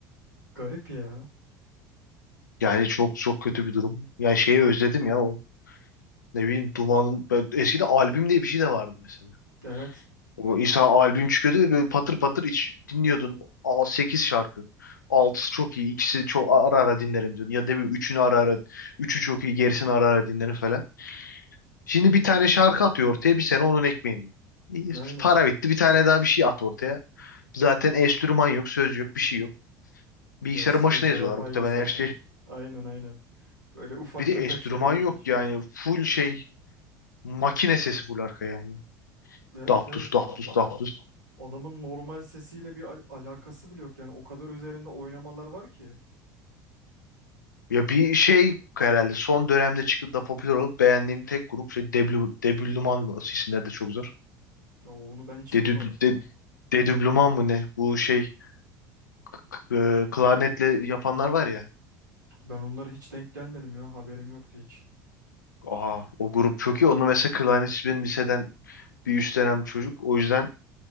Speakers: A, on the right (about 90°); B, on the left (about 80°).
A: Garip ya.
B: Yani çok çok kötü bir durum. Yani şeyi özledim ya o. Ne bileyim Duman'ın ben- eskiden albüm diye bir şey de vardı mesela.
A: Evet.
B: O insan albüm çıkıyordu ve böyle patır patır iç dinliyordun. Aa, 8 şarkı. altısı çok iyi. ikisi çok ara ara dinlerim diyordun. Ya da bir üçünü ara ara. Üçü çok iyi. Gerisini ara ara dinlerim falan. Şimdi bir tane şarkı atıyor ortaya. Bir sene onun ekmeğini. yiyor. İyi,
A: Aynen.
B: Para bitti. Bir tane daha bir şey at ortaya. Zaten enstrüman yok. Söz yok. Bir şey yok. Bilgisayarın
A: Ya sözler
B: başına yazıyorlar
A: hep aynı
B: muhtemelen
A: zaten.
B: her şey.
A: Aynen aynen. Böyle ufak
B: Bir de
A: tefek
B: enstrüman
A: şeyler
B: yok
A: değişiyor.
B: yani. Full şey. Makine sesi full arka yani.
A: Evet
B: Daptus
A: evet.
B: daptus daptus.
A: Adamın normal sesiyle bir al- alakası bile yok yani. O kadar üzerinde oynamalar var ki.
B: Ya bir şey herhalde son dönemde çıkıp da popüler olup beğendiğim tek grup şey Deblu, Debluman mı? Asıl isimleri de çok zor.
A: Ya onu ben hiç
B: Dedübl,
A: duymadım ya.
B: de, Dedüblüman mı ne? Bu şey k- e, klarnetle yapanlar var ya.
A: Ben onlara hiç denk gelmedim ya. Haberim yoktu hiç.
B: Aa, o grup çok iyi. Onu mesela klarnetçi benim liseden bir üst dönem çocuk. O yüzden